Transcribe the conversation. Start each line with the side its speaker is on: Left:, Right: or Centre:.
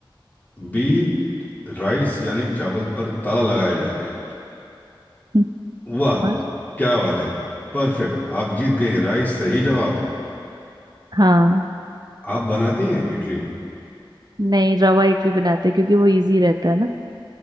Left: बी राइस यानी चावल पर ताला लगाया जाए
Right: हम्म,
Left: वाह
Right: और
Left: क्या बात है परफेक्ट आप जीत गए राइस सही जवाब है
Right: हाँ
Left: आप बनाती हैं इडली
Right: नहीं रवा इडली बनाते हैं क्योंकि वो इजी रहता है ना